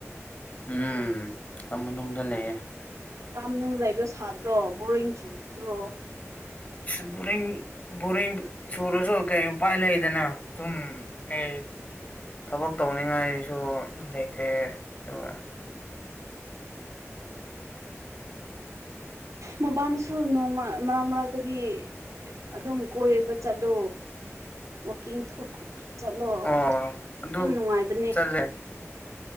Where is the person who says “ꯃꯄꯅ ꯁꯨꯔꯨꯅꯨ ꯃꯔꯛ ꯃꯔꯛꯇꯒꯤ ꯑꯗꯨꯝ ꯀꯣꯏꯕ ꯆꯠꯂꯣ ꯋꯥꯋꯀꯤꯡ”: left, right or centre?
Right